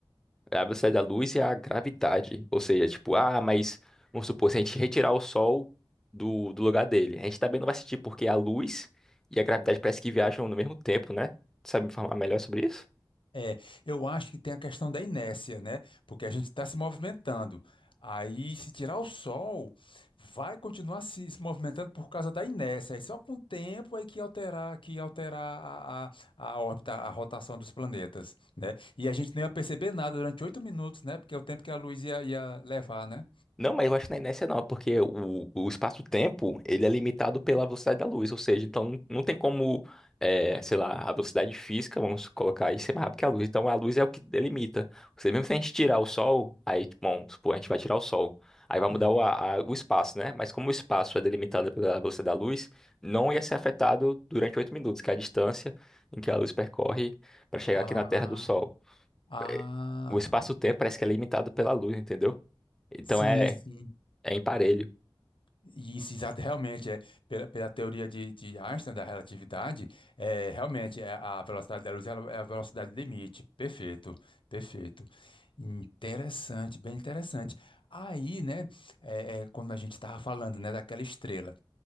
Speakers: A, in the centre; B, on the left.
A: a velocidade da luz é a gravidade. Ou seja, tipo, ah, mas vamos supor, se a gente retirar o Sol do, do lugar dele, a gente também não vai sentir, porque a luz e a gravidade parece que viajam no mesmo tempo, né? Tu sabe me informar melhor sobre isso?
B: É, eu acho que tem a questão da inércia, né? Porque a gente está se movimentando. Aí, se tirar o sol, vai continuar se, se movimentando por causa da inércia. Aí só com o tempo é que alterar, que alterar a, a, a órbita, a rotação dos planetas, né? E a gente não ia perceber nada durante oito minutos, né? Porque é o tempo que a luz ia, ia levar, né?
A: Não, mas eu acho que na inércia não, porque o, o espaço-tempo, ele é limitado pela velocidade da luz, ou seja, então não tem como, é, sei lá, a velocidade física, vamos colocar aí, ser mais rápido que a luz. Então a luz é o que delimita. Ou seja, mesmo se a gente tirar o sol, aí, tipo, vamos supor, a gente vai tirar o sol, aí vai mudar
B: Hum.
A: o, a- a- o espaço, né? Mas como o espaço é delimitado pela velocidade da luz, não ia ser afetado durante oito minutos, que é a distância em que a luz percorre para chegar
B: Ah,
A: aqui na Terra do Sol.
B: ah,
A: Eh, O espaço-tempo parece que é limitado pela luz, entendeu? Então
B: sim,
A: é,
B: sim.
A: é imparelho.
B: e Isso, exato, realmente, é, pela, pela teoria de, de Einstein, da relatividade, é, realmente é, a velocidade da luz ela é a velocidade limite. Perfeito, perfeito. Interessante, bem interessante. Aí, né, é, é, quando a gente estava falando, né, daquela estrela,